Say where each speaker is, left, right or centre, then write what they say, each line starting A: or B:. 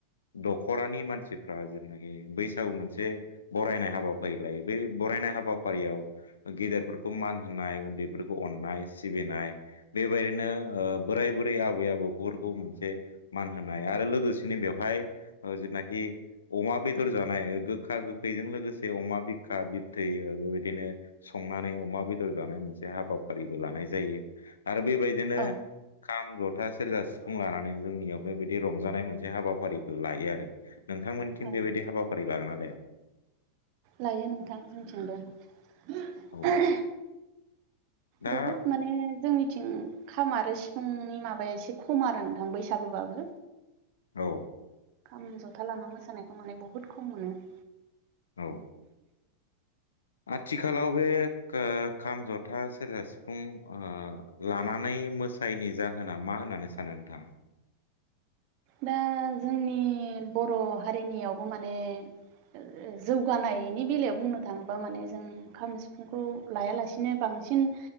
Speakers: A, on the left (about 70°); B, on the right (about 45°).
A: दख'रानि मानसिफ्रा जेनाखि बैसागु मोनसे बरायनाय हाबाफारि लायो। बेै बराय नाय हाबाफारियाव गेदेरफोरखौ मान होनाय उन्दैफोरखौ अननाय सिबिनाय बे बायदिनो ओ बोराय बुरै आबै आबौफोरखौ मोनसे मान होनाय आरो लोगोसे बेवहाय जेथनाखि अमा बेदर जानाय गो गोखा गोखैजों लोगोसे अमा बिखा बिथै ओ बेबायदि दिनो संनानै अमा बेदर जानाय मोनसे हाबाफारिबो लानाय जायो। आरो बेबायदिनो
B: औ
A: खाम, जथा, सेरजा, सिफुं लानानै जोंनियाव बेबायदि रंजानाय मोनसे हाबाफारिबो लायो आरो। नोंथांमोननिथिं
B: औ
A: बेबायदि हाबाफारि लागोन ना लाया?
B: लायो नोंथां जोंनिथिंबो?
A: औ दा
B: बहुत माने जोंनिथिं खाम आरो सिफुंनि माबाया एसे खम आरो नोंथां बैसागुबाबो।
A: औ
B: खाम, जथा लाना मोसानायखौ माने बहुत खम मोनो। <inaudible>
A: औ आथिखालाव बे खो खाम, जथा, सेरजा, सिफुं ओ लानानै मोसायैनि जाहोना मा होननानै सानो नोंथाङा?
B: दा जोंनि बर' हारिनियावबो माने ओ जौगानायनि बेलायाव बुंनो थाङोबा माने जोंं खाम, सिफुंखौ लायालासिनो बां सिन